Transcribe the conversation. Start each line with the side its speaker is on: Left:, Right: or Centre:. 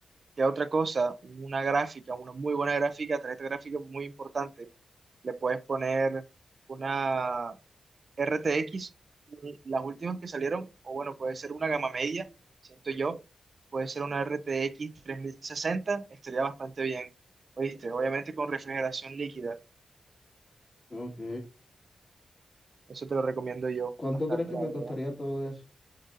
Right: ¿Qué otra cosa? Una gráfica, una muy buena gráfica, tarjeta gráfica muy importante. Le puedes poner una RTX, las últimas que salieron, o bueno, puede ser una gama media, siento yo. Puede ser una RTX sesenta estaría bastante bien. ¿Oíste? Obviamente con refrigeración líquida.
Left: ok.
Right: Eso te lo recomiendo yo
Left: ¿Cuánto
Right: bastante,
Left: crees que
Right: la
Left: me
Right: verdad.
Left: costaría todo eso?